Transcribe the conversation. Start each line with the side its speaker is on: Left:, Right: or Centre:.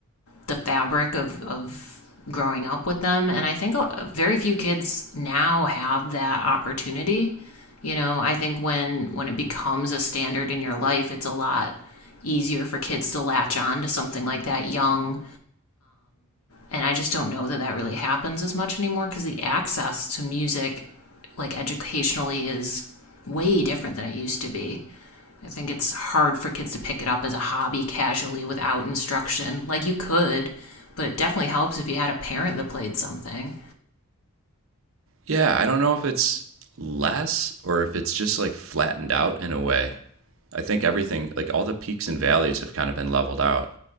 Left: the fabric of, of growing up with them. And I think very few kids now have that opportunity. You know, I think when when it becomes a standard in your life, it's a lot easier for kids to latch on to something like that young. And I just don't know that that really happens as much anymore because the access to music, like educationally, is way different than it used to be. I think it's hard for kids to pick it up as a hobby casually without instruction. Like you could, but it definitely helps if you had a parent that played something.
Right: Yeah, I don't know if it's less or if it's just like flattened out in a way. I think everything, like all the peaks and valleys, have kind of been leveled out.